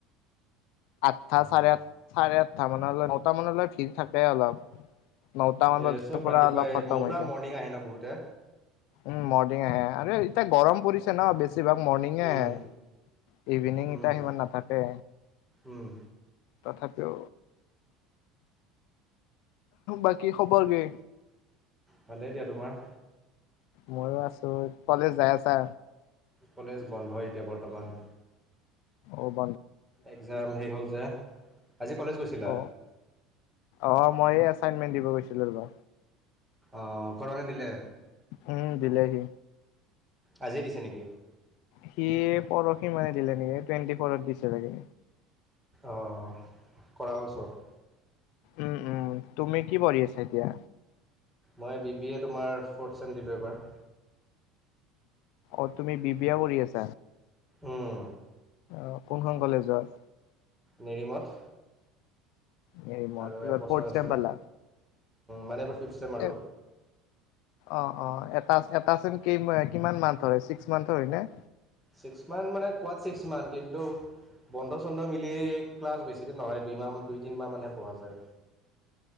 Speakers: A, on the left (about 60°); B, in the centre.
A: আঠটা
B: অঁ
A: চাৰে আঠ চাৰে আঠটা মানলৈ নটা মানলৈ ভিৰ থাকে অলপ। নতামান
B: এই
A: বজাৰ
B: চব
A: পৰা
B: ৰাতিপুৱাই
A: অলপ খতম
B: মোৰ
A: হৈ
B: পৰা
A: যায়।
B: মৰ্ণিং আহে ন বহুতে
A: উম, মৰ্ণিং আৰু এতিয়া গৰম পৰিছে ন বেছি বেছিভাগ মৰ্ণিং আহে
B: উম,
A: ইভিনিং
B: উম,
A: এতিয়া সিমান নাথাকে।
B: উম,
A: তথাপি বাকী খবৰ কি?
B: ভালেই দিয়া, তোমাৰ?
A: মইয়ো আছোঁ, কলেজ যাই আছা।
B: কলেজ বন্ধ এতিয়া বৰ্তমান।
A: অব।
B: একজাম হে হ'ল যে, আজি কলেজ গৈছিলা?
A: অ অ মইয়ে এচাইনমেন্ট দিব গৈছিলো ৰবা।
B: অ কৰনে দিলে।
A: উম দিলেহি।
B: আজিয়ে দিছে নেকি?
A: সি পৰহি মানে দিলে নেকি টুৱেণ্টি ফ'ৰত দিছে চাগে।
B: অ কৰা হ'ল চব।
A: উম উম তুমি কি পঢ়ি আছা এতিয়া?
B: মই বি বিয়ে তোমাৰ ফ'ৰ্থ ছেম দিলো এবাৰ।
A: অ তুমি বিবিয়া কৰি আছা।
B: উম,
A: অহ। কোনখন কলেজৰ?
B: নিৰিমঠ।
A: হেৰি মত
B: আৰু
A: এইবাৰ
B: একবছৰ
A: ফৰ্থ
B: আছে
A: চেম পালা
B: মানে এবাৰ ফিফথ ছেম আৰু।
A: এ অ অ এটা এটাছ ছেম কেইম কিমান মান্থ ধৰে ছিক্স মান্থৰ হয় নে?
B: ছিক্স মান্থ মানে কোৱাত ছিক্স মান্থ কিন্তু বন্ধ চন্ধ মিলি ক্লাছ বেছিদিন নহয় দুই মাহ দুই তিনিমাহ মানহে পঢ়া যায়।